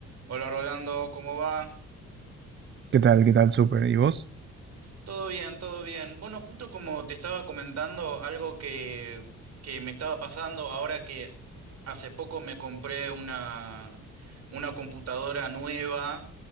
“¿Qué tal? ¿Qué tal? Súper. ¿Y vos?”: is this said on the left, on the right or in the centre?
Right